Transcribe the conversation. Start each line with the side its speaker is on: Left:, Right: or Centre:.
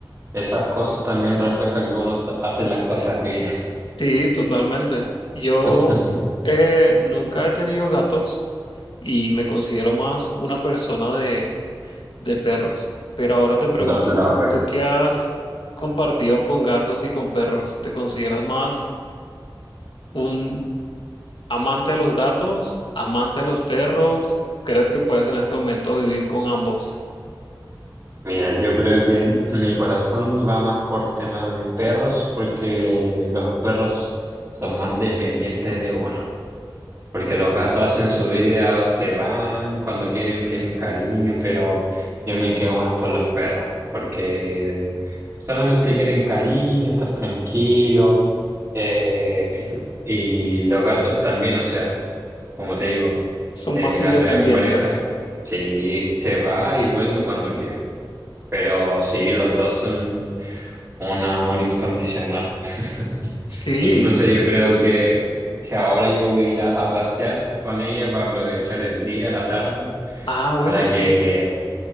Right: esas cosas también reflejan que uno está- hace las cosas bien.
Left: Sí, totalmente. Yo
Right: <laughs>
Left: eh, nunca he tenido gatos y me considero más una persona de, de perros. Pero ahora te pregunto,
Right: Dog lover.
Left: ¿tú qué has compartido con gatos y con perros? ¿Te consideras más un amante a los gatos, amante a los perros? ¿Crees que puedes en este momento vivir con ambos?
Right: Mira, yo creo que mi corazón va más por tema de perros, porque los perros son más dependientes de uno. Porque los gatos hacen su vida, se van, cuando quieren, quieren cariño, pero yo me quedo más por los perros, porque solamente quieren cariño, estar tranquilo. eh, y los gatos también, o sea, como te digo,
Left: Son
Right: el
Left: más
Right: gato
Left: independientes.
Right: de mi pareja, sí, se va y vuelve cuando quiere. Pero sí, los dos son un amor incondicional. <laughs>
Left: Sí.
Right: Incluso
Left: tú-
Right: yo creo que, que ahora yo voy a ir a, a pasear con ella para aprovechar el día, la tarde,
Left: Ah, bueno,
Right: para que,
Left: sí.